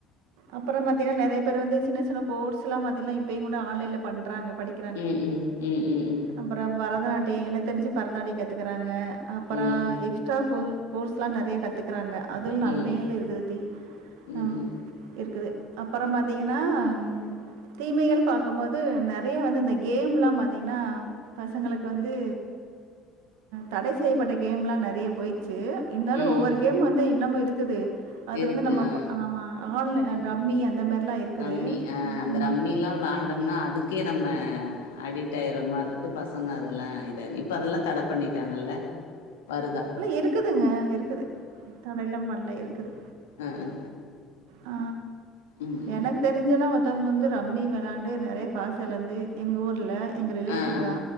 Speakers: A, on the right; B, on the left.
A: அப்புற பாத்தீங்கன்னா நெறைய பேரு வந்து சின்ன சின்ன கோர்ஸ் எல்லா பாத்தீங்கன்னா இப்பயு கூட ஆன்லைன்ல பண்றாங்க படிக்
B: உம் உம் உம் உம் உம்
A: அப்புற பரதநாட்டிய எனக்கு தெரிஞ்சு பரதநாட்டிய கத்துக்கறாங்க அப்பறோ
B: ம் ம்
A: எக்ஸ்ட்ரா கோ கோஸ்லா நெறைய கத்துக்குறாங்க அதுல நன்மைகளு
B: ம் ம்
A: இருக்குது தீ ஆ
B: ம் ம்
A: இருக்குது அப்புற பாத்தீங்கன்னா ம் தீமைகள் பாக்கும்போது நெறைய வந்து இந்த கேம்லா பாத்திங்கன்னா பசங்களுக்கு வந்து தடை செய்யப்பட்ட கேம்லா நெறையா போயிடுச்சு இருந்தாலு
B: ம்
A: ஒவ்வொரு
B: ம்
A: கேம் வந்து இன்னமு இருக்குது அது
B: இருக்கு
A: வந்து நம்ம
B: ஆ
A: ஆமா ஆன்லை
B: ம்
A: ரம்மி அந்த மாரிலா இருக்குது
B: ரம்மி ஆ அந்த
A: ஆ
B: ரம்மில்லா விளாண்டோம்னா அதுக்கே நம்ம அடிக்ட்டாயிர மாரி இருக்கு பசங்க அதெல்லா இத இப்ப அதெல்லா தடை பண்ணிட்டாங்கல்ல வருதா
A: எல்ல இருக்குதுங்க இருக்குது தடைல்லா பண்ல இருக்குது
B: அ அ
A: ஆ
B: உம்
A: எனக் தெரிஞ்செல்லா ஒருத்தவங்க வந்து ரம்மி வெளாண்டு நெறைய காஸ் எழந்து எங்க ஊர்ல எங்க ரிலேட்டிவ்
B: ஆ ஆ
A: தா